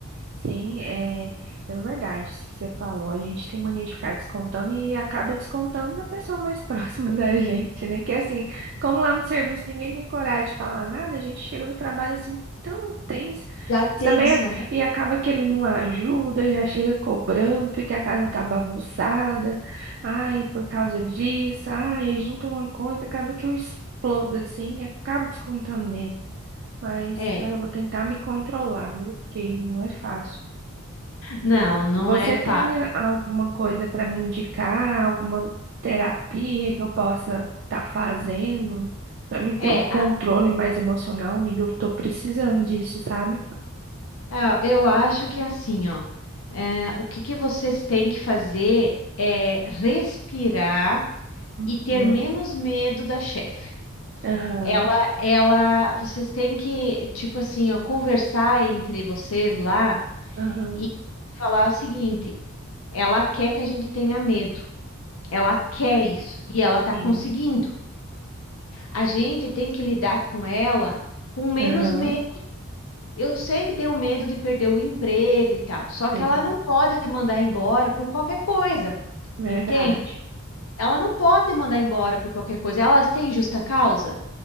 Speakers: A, on the right; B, on the left.
A: Sim, é, é verdade isso que você falou. A gente tem mania de ficar descontando e acaba descontando na pessoa mais <laughs> próxima da gente, né? Que assim, como lá no serviço ninguém tem coragem de falar nada, a gente chega do trabalho assim tão tenso.
B: Já
A: Mas
B: tensa,
A: Também a-
B: né?
A: e acaba que ele não ajuda, já chega cobrando porque a casa tá bagunçada. Ai, por causa disso, ai, aí junta uma coisa, acaba que eu explodo assim e acabo descontando nele. Mas
B: É.
A: eu vou tentar me controlar, viu? Porque não é fácil.
B: Não, não
A: Você
B: é fácil.
A: tem eh, alguma coisa para me indicar, alguma terapia que eu possa estar fazendo para me ter
B: É,
A: um controle
B: a,
A: mais emocional, amiga? Eu tô precisando disso, sabe?
B: Ah, eu acho que é assim, ó. É, o que que vocês têm que fazer é respirar
A: Uhum,
B: e ter menos medo da chefe.
A: aham,
B: Ela, ela, vocês têm que, tipo assim, ó, conversar entre vocês lá
A: aham,
B: e falar o seguinte: ela quer que a gente tenha medo, ela quer isso e ela tá
A: sim,
B: conseguindo. A gente tem que lidar com ela com menos
A: aham,
B: medo. Eu sei que tem o medo de perder o emprego e tal, só
A: tem,
B: que ela não pode mandar embora por qualquer coisa,
A: verdade.
B: entende? Ela não pode mandar embora por qualquer coisa. Elas têm justa causa?